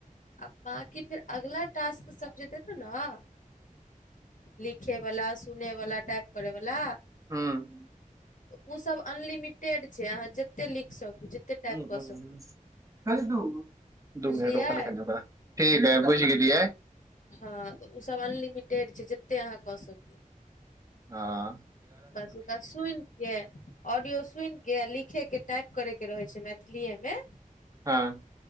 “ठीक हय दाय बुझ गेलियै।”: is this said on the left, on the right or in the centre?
Right